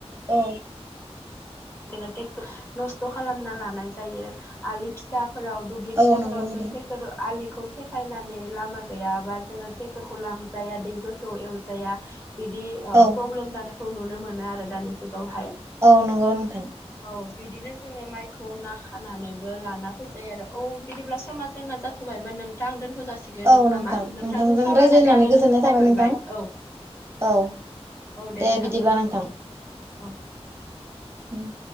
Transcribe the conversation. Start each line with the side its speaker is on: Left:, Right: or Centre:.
Right: औ
Left: जोङो ट्रेक्टर नस्थ' खालामना लानाय जायो आलि फिसाफोराव दुब्लि फिसाफोराव
Right: औ नंगौ नोंथां
Left: जायफोर ट्रेक्टर आलिखौ सेफायनानै लामा गैयाबा जोङो ट्रेक्टरखौ लांजाया दै गोथौ एवजाया बिदि ओं
Right: औ
Left: प्रब्लेम जानायखौ नुनो मोनो आरो दानि जुगावहाय
Right: औ नंगौ नोंथां।
Left: औ बिदिनो जोङो माइखौ ना खानानैबो लाना फैजायो आरो औ बिदिब्ला समा जोंना जा जाथ'बायमोन नोंथां दोनथ' जासिगोन
Right: औ नोंथां
Left: नामा नोंथांजों सावरायनानै
Right: रायज्लायनानै
Left: आङो गोजोननाय
Right: थाबाय
Left: मोनबाय
Right: नोंथां
Left: औ।
Right: औ
Left: औ
Right: दे
Left: नोंथां
Right: बिदिब्ला नोंथां।
Left: औ
Right: उम